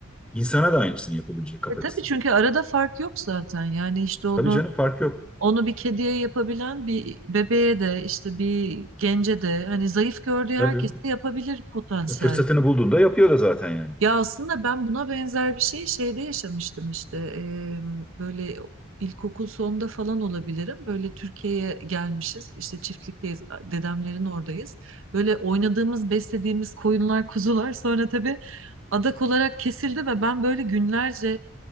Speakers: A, in the centre; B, on the right.
A: insana da aynısını yapabilecek kapasitede.
B: e tabii çünkü arada fark yok zaten. Yani işte onu
A: Tabii canım fark yok.
B: onu bir kediye yapabilen bir bebeğe de işte bir gence de hani zayıf gördüğü herkese
A: Tabii
B: yapabilir potansiyel.
A: fırsatını bulduğunda yapıyor da zaten yani.
B: Ya aslında ben buna benzer bir şey şeyde yaşamıştım işte eee, böyle ilkokul sonunda falan olabilirim. Böyle Türkiye'ye gelmişiz işte çiftlikteyiz dedemlerin oradayız. Böyle oynadığımız beslediğimiz koyunlar kuzular sonra tabii adak olarak kesildi ve ben böyle günlerce